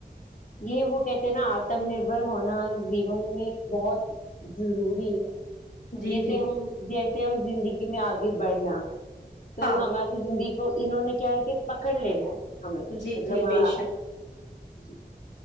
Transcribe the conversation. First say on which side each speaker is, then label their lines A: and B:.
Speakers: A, on the left (about 55°); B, on the left (about 85°).
A: یہ وہ کہتے ہیں نا آتم نربھر ہونا جیون میں بہت ضروری ہے
B: جی
A: جیسے
B: جی
A: ہم جیسے ہم زندگی میں آگ گب بڑنا تو
B: ہاں
A: ہماری زندگی تو انہوں نے کیا ہے کہ پکڑ لینا ہے ہمیں
B: جی
A: اگرربہ
B: جی بے شک
A: جی